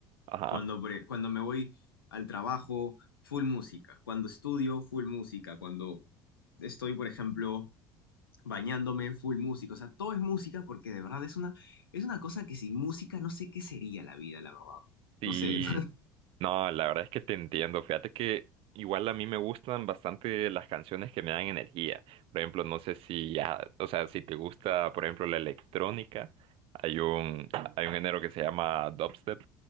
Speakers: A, on the right; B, on the left.
A: ajá.
B: Cuando, por- cuando me voy al trabajo, full música. Cuando estudio, full música. Cuando estoy, por ejemplo, bañándome, full música. O sea, todo es música porque de verdad es una, es una cosa que sin música no sé qué sería la vida, la verdad.
A: Y
B: No sé, <laughs>
A: no, la verdad es que te entiendo. Fíjate que igual a mí me gustan bastante las canciones que me dan energía. Por ejemplo, no sé si, ah, o sea, si te gusta, por ejemplo, la electrónica, hay un, hay un género que se llama dubstep,